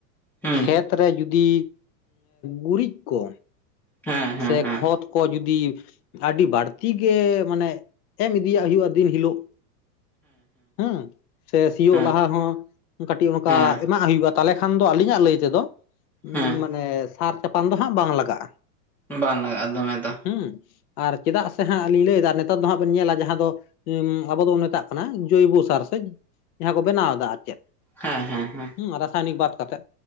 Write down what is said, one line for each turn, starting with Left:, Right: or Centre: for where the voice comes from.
Centre: ᱦᱩᱸ
Left: ᱠᱷᱮᱛ ᱨᱮ ᱡᱩᱫᱤ ᱜᱩᱨᱤᱡ ᱠᱚ
Centre: ᱦᱮᱸ ᱦᱮᱸ
Left: ᱛᱮ
Centre: ᱦᱮᱸ
Left: ᱠᱷᱚᱛ ᱠᱚ ᱡᱩᱫᱤ ᱟᱹᱰᱤ ᱵᱟᱹᱲᱛᱤ ᱜᱮ ᱢᱟᱱᱮ ᱮᱢ ᱤᱫᱤᱭᱟᱜ ᱦᱩᱭᱩᱜᱼᱟ ᱫᱤᱱ ᱦᱤᱞᱳᱜ ᱦᱮᱸ ᱥᱮ ᱥᱤᱭᱳᱜ
Centre: ᱦᱮᱸ
Left: ᱞᱟᱦᱟ ᱦᱚᱸ ᱠᱟᱹᱴᱤᱡ ᱚᱱᱠᱟ
Centre: ᱦᱮᱸ
Left: ᱮᱢᱟᱜ ᱦᱩᱭᱩᱜᱼᱟ ᱛᱟᱦᱚᱞᱮ ᱠᱷᱟᱱ ᱫᱚ ᱟᱞᱤᱧᱟᱜ ᱞᱟᱹᱭ ᱛᱮᱫᱚ
Centre: ᱦᱮᱸ
Left: ᱢᱟᱱᱮ ᱥᱟᱨ ᱪᱟᱯᱟᱱ ᱫᱚ ᱦᱟᱸᱜ ᱵᱟᱝ ᱞᱟᱜᱟᱜᱼᱟ᱾
Centre: ᱵᱟᱝ ᱞᱟᱜᱼᱟ ᱫᱚ ᱢᱮ ᱫᱚ
Left: ᱦᱩᱸ ᱟᱨ ᱪᱮᱫᱟᱜ ᱥᱮ ᱦᱟᱸᱜ ᱞᱤᱧ ᱞᱟᱹᱭᱫᱟ ᱱᱮᱛ ᱛᱟᱨ ᱫᱚᱦᱟᱜ ᱵᱮᱱ ᱧᱮᱞᱟ ᱡᱟᱦᱟᱸ ᱫᱚ ᱟᱵᱚ ᱵᱚᱱ ᱢᱮᱛᱟᱜ ᱠᱟᱱᱟ ᱡᱳᱚᱭᱵᱚ ᱥᱟᱨ ᱥᱮ ᱡᱟᱦᱟᱸ ᱠᱚ ᱵᱮᱱᱟᱣ ᱮᱫᱟ ᱟᱨ ᱪᱮᱫ
Centre: ᱦᱮᱸ ᱦᱮᱸ ᱦᱮᱸ
Left: ᱦᱩᱸ ᱨᱟᱥᱟᱭᱱᱤᱠ ᱵᱟᱫ ᱠᱟᱛᱮᱜ